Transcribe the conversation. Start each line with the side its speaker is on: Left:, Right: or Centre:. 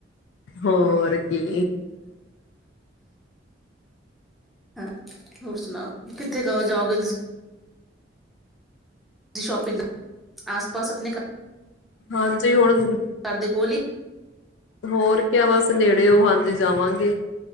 Left: ਹੋਰ ਕੀ
Centre: ਹਾਂ ਹੋਰ ਸੁਣਾਓ ਕਿੱਥੇ ਕਹੋ ਜਾਓਗੇ ਤੁਸੀਂ ਤੁ ਸ਼ੋਪਿੰਗ ਆਸ ਪਾਸ ਆਪਣੇ
Left: ਹਾਂ ਜੇ ਹੁਣ
Centre: ਕਰਦੇ ਕੋਲੀ
Left: ਹੋਰ ਕਿਆ ਬਸ ਨੇੜੇਓ ਹਾਂਜੀ ਜਾਵਾਂਗੇ